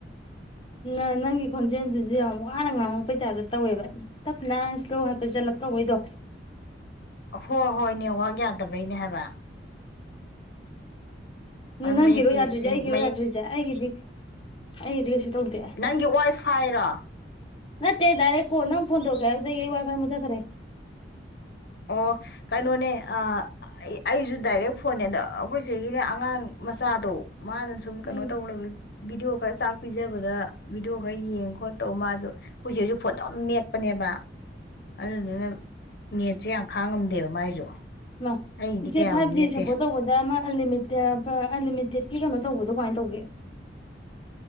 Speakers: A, on the left; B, on the left.
A: ꯅ ꯅꯪꯒꯤ ꯈꯣꯟꯖꯦꯜꯁꯤꯁꯨ ꯌꯥꯝ ꯋꯥꯅ ꯉꯥꯡꯉꯛꯄꯩꯁꯥꯗ ꯇꯧꯋꯦꯕ ꯇꯞꯅ ꯏꯁꯂꯣ ꯍꯥꯏꯐꯦꯠ ꯆꯠꯂꯞ ꯇꯧꯕꯩꯗꯣ
B: ꯍꯣꯏ ꯍꯣꯏ ꯅꯦꯠꯋꯔꯥꯛ ꯌꯥꯗꯕꯩꯅꯦ ꯍꯥꯏꯕ
A: ꯎꯝ ꯅꯪꯒꯤꯔꯣ
B: ꯃꯌꯦꯛꯇꯤ
A: ꯌꯥꯗꯔꯤꯖꯦ ꯑꯩꯒꯤ
B: ꯃꯌꯦꯛ
A: ꯔꯣ ꯌꯥꯗ꯭ꯔꯤꯖ ꯑꯩꯒꯤꯗꯤ ꯑꯩꯒꯤꯗꯤ ꯀꯩꯁꯨ ꯇꯧꯗꯦ
B: ꯅꯪꯒꯤ ꯋꯥꯏ ꯐꯥꯏꯔꯣ
A: ꯅꯠꯇꯦ ꯗꯥꯏꯔꯦꯛ ꯀꯣꯜ ꯅꯪ ꯐꯣꯟ ꯇꯧꯔꯛꯀꯦ ꯍꯥꯏꯕꯗꯒꯤ ꯑꯩ ꯋꯥꯏꯐꯥꯏ ꯃꯨꯊꯠ ꯈ꯭ꯔꯦ
B: ꯑꯣ ꯀꯩꯅꯣꯅꯦ ꯑ ꯑꯩꯁꯨ ꯗꯥꯏꯔꯦꯛ ꯐꯣꯟꯅꯦꯗ ꯑꯩꯈꯣꯏ ꯆꯦꯒꯤꯅꯦ ꯑꯉꯥꯡ ꯃꯆꯥꯗꯣ ꯃꯥ ꯅ ꯁꯨꯝ
A: ꯎꯝ
B: ꯀꯅꯣ ꯇꯧ ꯂꯩꯕꯩ ꯚꯤꯗꯤꯑꯣ ꯈꯔ ꯆꯥꯛ ꯄꯤꯖꯕꯗ ꯚꯤꯗꯤꯑꯣ ꯈꯔ ꯌꯦꯡ ꯈꯣꯠꯇꯧ ꯃꯥꯁꯨ ꯑꯩꯈꯣꯏ ꯆꯦꯁꯨ ꯐꯣꯟꯗꯝ ꯃꯦꯠꯄꯅꯦꯕ ꯑꯗꯨꯗꯨꯅ ꯅꯦꯠ ꯅꯤ ꯌꯥꯝ ꯈꯥꯡꯉꯝꯗꯦꯕ ꯃꯥꯏꯁꯨ
A: ꯏꯃꯥ
B: ꯑꯩꯒꯤꯗꯤ
A: ꯏꯆꯦ
B: ꯀꯌꯥꯕꯨ
A: ꯐꯥꯏꯚ ꯖꯤ
B: ꯃꯦꯠꯇꯦ
A: ꯁꯞꯄꯣꯔꯠ ꯇꯧꯕꯗ ꯑꯃ ꯑꯟꯃꯤꯇꯦꯠ ꯑꯟꯂꯤꯃꯤꯇꯦꯠꯀꯤ ꯀꯩꯅꯣ ꯇꯧꯕꯗꯣ ꯀꯃꯥꯏꯅ ꯇꯧꯒꯦ